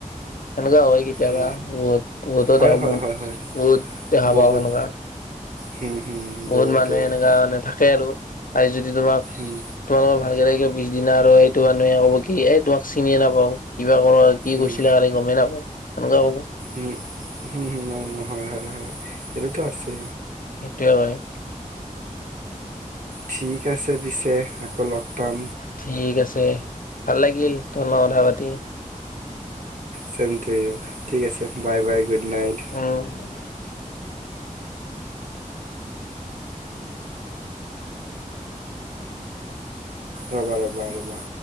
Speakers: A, on the left; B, on the right.
A: সেনেকুৱা হয় কেতিয়াবা
B: এ
A: বহুত বহুতো
B: হয় হয়
A: বহুত
B: হয় হয়
A: দেখা ত দেখা
B: বহুত
A: পাও সেনেকুৱা।
B: হুম হুম
A: বহুত
B: বহুতে
A: মানুহে
B: হয়
A: এনেককা মানে থাকে আৰু। আজি যদি। যদি তোমাক
B: উম
A: তোমালোকৰ ভালকে। পিছদিনা আৰু এইটো মানুহে ক'ব কি এই তোমাক চিনিয়ে নাপাও কি। কিবা কৰ কি
B: উম
A: কৈছিলা কালি গমেই নাপাওঁ সেনেকুৱা কব
B: উম উম হম উ হয় হয় হয় এটোটোতো আছে
A: সেইটোৱে হয়।
B: ঠিক আছে পিছে আকৌ লগ পাম
A: ঠিক আছে ভাল লাগিল ত লগত <unintelligible>
B: ছেম টু ইউ ঠিক আছে বাই বাই গুড নাইট
A: উম
B: ৰবা ৰবা ৰবা